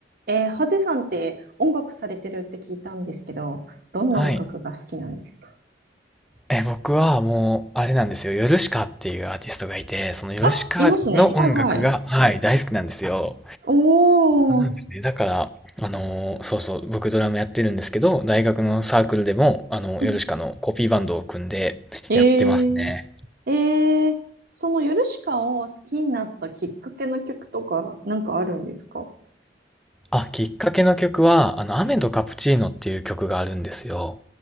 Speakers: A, on the right (about 55°); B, in the centre.
A: えー、ハゼさんって音楽されてるって聞いたんですけど、どんな音楽が好きなんですか
B: はい。え、僕はもう、あれなんですよ。ヨルシカっていうアーティストがいて、そのヨルシカの音楽が、
A: あ、いますね。はいはい。
B: はい、大好きなんですよ。
A: おー。
B: そうなんですね。だから、あのーそうそう、僕ドラムやってるんですけど、大学のサークルでも、あの、
A: うん
B: ヨルシカのコピーバンドを組んでやってますね。
A: えー、えー、そのヨルシカを好きになったきっかけの曲とかなんかあるんですか
B: あ、きっかけの曲は、あの、雨とカプチーノっていう曲があるんですよ。